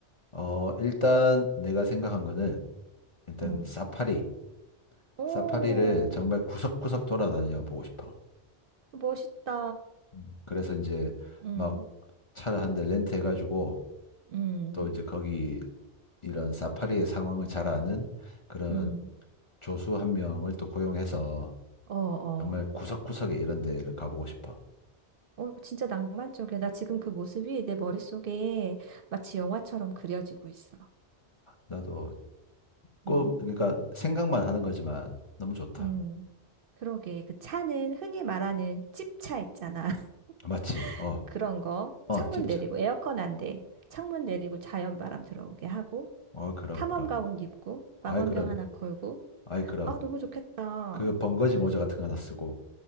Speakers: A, on the left; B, on the right.
A: 어, 일단 내가 생각한 거는 일단
B: 어.
A: 사파리.
B: 오,
A: 사파리를 정말 구석구석 돌아다녀 보고 싶어.
B: 멋있다.
A: 음. 그래서 이제
B: 음,
A: 막 차를 한 대 렌트해가지고
B: 음.
A: 또 이제 거기 이런 사파리의 상황을 잘 아는 그런
B: 음,
A: 조수 한 명을 또 고용해서
B: 어, 어.
A: 정말 구석구석에 이런 데를 가보고 싶어.
B: 어, 진짜 낭만적이야. 나 지금 그 모습이 내 머릿속에 마치 영화처럼 그려지고 있어.
A: 나도 꿈,
B: 어.
A: 그러니까 생각만 하는 거지만 너무 좋다.
B: 음, 그러게. 그 차는 흔히 말하는 찝차 있잖아.
A: 맞지?
B: <laughs>
A: 어,
B: 그런 거.
A: 어,
B: 창문
A: 집차.
B: 내리고, 에어컨 안 돼. 창문 내리고 자연 바람 들어오게 하고,
A: 어, 그럼,
B: 탐험
A: 그럼.
B: 가운 입고,
A: 아이,
B: 망원경
A: 그럼.
B: 하나 걸고.
A: 아이, 그럼.
B: 아, 너무 좋겠다.
A: 그 번거지 모자 같은 거 하나 쓰고.